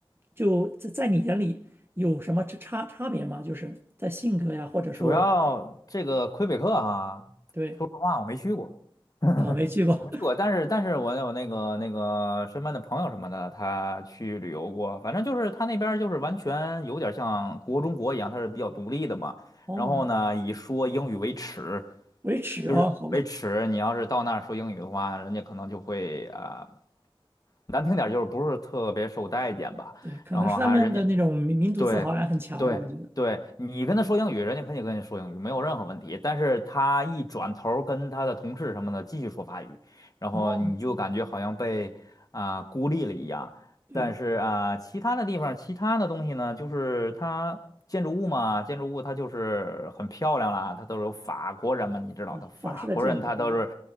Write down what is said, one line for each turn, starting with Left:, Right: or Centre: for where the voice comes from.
Right: 就在在你眼里有什么差差差别吗？就是在性格呀，或者说
Left: 主要这个魁北克哈，
Right: 对
Left: 说实话我没去过，<laughs>
Right: 啊，没去过
Left: 我没去过，但是但是我有那个那个身边的朋友什么的，他去旅游过，反正就是他那边儿就是完全有点像国中国一样，他是比较独立的嘛。
Right: <laughs> 哦，
Left: 然后呢，以说英语为耻，
Right: 维持哦，
Left: 就是为耻。
Right: 好吧，
Left: 你要是到那儿说英语的话，人家可能就会啊、呃难听点儿就是不是特别受待见吧。
Right: 对，可能是他们的那种民民族自豪感很强，
Left: 然后还人家对，对，
Right: 我感觉的
Left: 对，你跟他说英语，人家肯定跟你说英语，没有任何问题。但是他一转头儿跟他的同事什么的继续说法语，然后你就感觉好像被啊、
Right: 哦，
Left: 孤立了一样。
Right: 对
Left: 但是啊、其他的地方，其他的东西呢，就是它建筑物嘛，建筑物它就是很漂亮啦，它都是有法国人嘛，你知道的，
Right: 哦，
Left: 法国人他都是
Right: 法式的建筑这种